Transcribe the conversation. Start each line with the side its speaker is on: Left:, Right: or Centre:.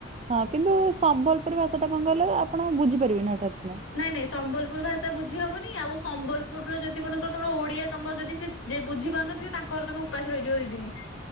Right: ହଁ କିନ୍ତୁ ସମ୍ବଲପୁର ଭାଷାଟା କଁ କହିଲେ ଆପଣ ବୁଝିପାରିବେନି ହଠାତ୍ କିନା।
Left: ନାଇଁ ନାଇଁ ସମ୍ବଲପୁର ଭାଷା ବୁଝି ହବନି ଆଉ ସମ୍ବଲପୁରର ଯଦି ମନେକର ତମର ଓଡ଼ିଆ ତମର ଯଦି ସି ଯେ ବୁଝି ପାରୁନଥିବେ ତାଙ୍କ ଅରେ ତମେ ଉପାସ ରହିଯିବ ଦି ଦିନି।